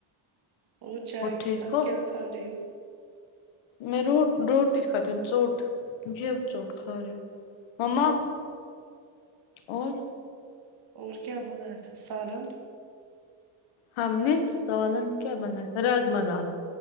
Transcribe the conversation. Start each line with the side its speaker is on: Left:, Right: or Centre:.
Right: اور چائے کے
Left: ٹھیک
Right: ساتھ
Left: ہو
Right: کیا کھا رہی ہو
Left: میں رو روٹی کھاتی ہوں چوٹ جیب چوٹ کھا رہی ہو مما اور
Right: اور کیا بنایا تھا سالن
Left: ہم نے سالن کیا بنایا رجما دال